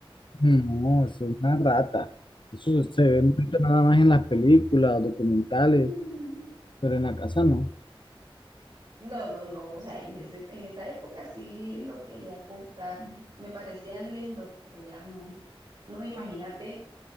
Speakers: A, on the left (about 60°); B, on the right (about 45°).
A: No, eso es una rata. Eso se ve mucho nada más en las películas, documentales,
B: <laughs>
A: pero en la casa no.
B: No, no, no, o sea, en ese- en esa época sí lo quería comprar. Me parecían lindos, pero ya no. No, imagínate